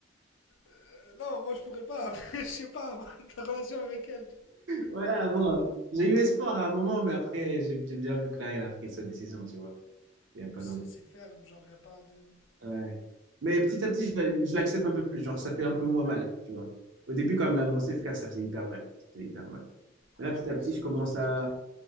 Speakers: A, on the left (about 75°); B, on the right (about 70°).
A: Euh, non, moi, je pourrais pas. <laughs> Je sais pas, <laughs> ta relation avec elle.
B: Voilà, bon, j'ai eu espoir à un moment, mais après, j'ai j'ai bien vu que là, elle a pris sa décision, tu vois. Il n'y a pas
A: C'est
B: de...
A: c'est ferme, genre, y a pas de...
B: Ouais. Mais petit à petit, je, je l'accepte un peu plus. Genre, ça fait un peu moins mal, tu vois. Au début, quand elle me l'a
A: Ouais,
B: annoncé, frère, ça faisait hyper mal. Ça faisait hyper mal. Mais
A: ouais,
B: là, petit
A: je pense,
B: à petit, je commence
A: je pense
B: à
A: bien.